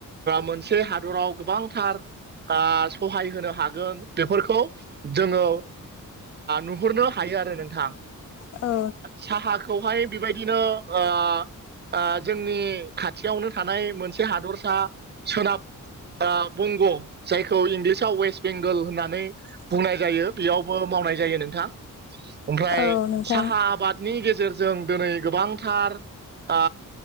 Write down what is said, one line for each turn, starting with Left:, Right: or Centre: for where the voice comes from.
Right: मोनसे हादराव गोबांथार सहाय होनो हागोन बेफोरखौ जोङो नुहरनो हायो आरो नोंथां।
Left: औ
Right: साहाखौहाय बेबायदिनो ओ ओ जोंनि खाथियावनो थानाय मोनसे हादरसा सोनाब बंग' जायखौ इंलिसाव वेस्ट बेंगोल होननानै बुंनाय जायो बेयावबो मावनाय जायो नोंथां ओमफ्राय
Left: औ नोंथां
Right: साहा आबादनि गेजेरजों दिनै गोबांथार ओ